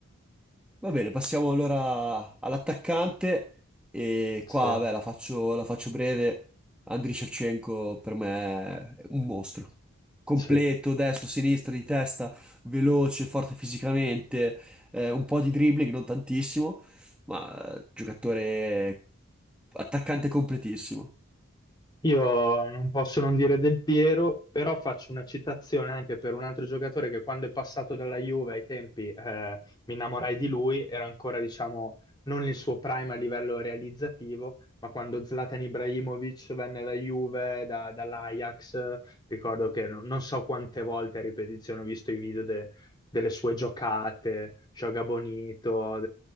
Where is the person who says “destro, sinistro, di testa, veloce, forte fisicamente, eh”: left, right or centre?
Centre